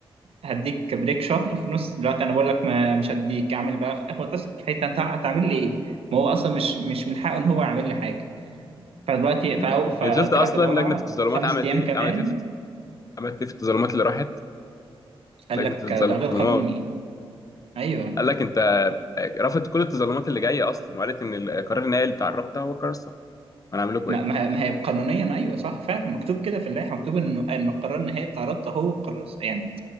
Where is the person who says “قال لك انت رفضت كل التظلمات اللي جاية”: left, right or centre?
Left